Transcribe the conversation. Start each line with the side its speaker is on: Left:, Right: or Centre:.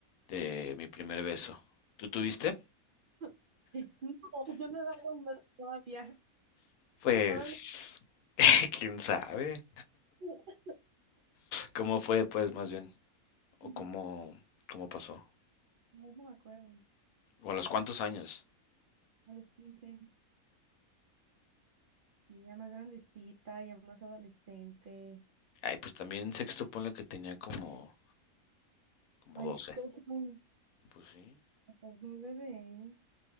Left: de mi primer beso. ¿Tú tuviste?
Right: <laughs> No, yo no daba un beso todavía.
Left: Pues,
Right: Todavía.
Left: <laughs> quién sabe.
Right: <laughs>
Left: ¿Cómo fue, pues, más bien? ¿O
Right: No,
Left: cómo, cómo pasó?
Right: no me acuerdo.
Left: ¿O a los cuántos años?
Right: A los quince Y ya más grandecita, ya más adolescente.
Left: Ay, pues también en sexto ponle que tenía como, como
Right: Ay,
Left: 12.
Right: 12 años.
Left: Pues sí.
Right: Estás muy bebé. ¿eh?